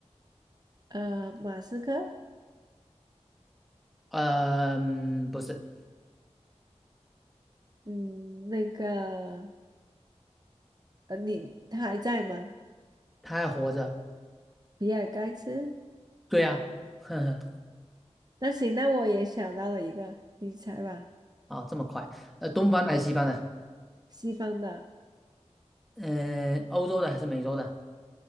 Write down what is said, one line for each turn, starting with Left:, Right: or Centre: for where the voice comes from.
Right: 呃，马斯克，
Centre: 嗯，不是，
Right: 嗯，那个，呃，你他还在吗？
Centre: 他还活着，
Right: 比尔盖茨？
Centre: 对呀，<laughs> 呵呵，
Right: 那行，那我也想到了一个，你猜吧，
Centre: 哦，这么快，呃，东方的还是西方的？
Right: 西方的，
Centre: 嗯、欧洲的还是美洲的？